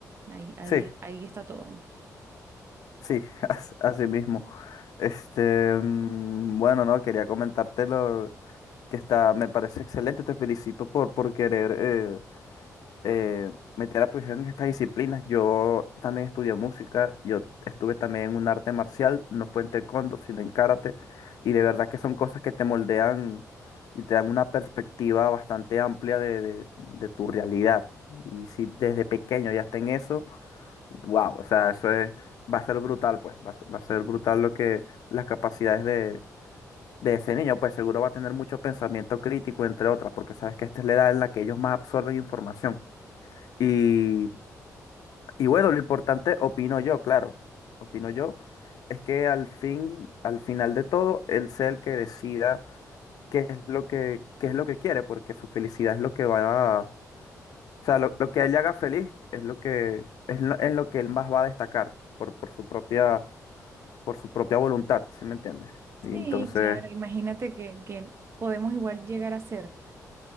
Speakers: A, on the right; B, on the left.
A: Ahí, ahí,
B: Sí,
A: ahí está todo.
B: sí, <laughs> as- así mismo. Este, mm, bueno, no, quería comentártelo que está, me parece excelente, te felicito por, por querer eh, eh, meter a tu hija en estas disciplinas. Yo también estudié música, yo estuve también en un arte marcial, no fue en taekwondo, sino en karate, y de verdad que son cosas que te moldean y te dan una perspectiva bastante amplia de, de- de tu realidad. Y si desde pequeño ya está en eso, wow, o sea, eso es, va a ser brutal, pues, va a, ser va a ser brutal lo que las capacidades de... de ese niño, pues seguro va a tener mucho pensamiento crítico, entre otras, porque sabes que esta es la edad en la que ellos más absorben información. Y, y bueno, lo importante, opino yo, claro, opino yo, es que al fin, al final de todo, él sea el que decida qué es lo que, qué es lo que quiere, porque su felicidad es lo que va a, o sea, lo, lo que a él le haga feliz es lo que, es lo, en lo que él más va a destacar por, por su propia, por su propia voluntad, ¿sí me entiendes? Y
A: Sí,
B: entonces,
A: claro, imagínate que, que podemos igual llegar a ser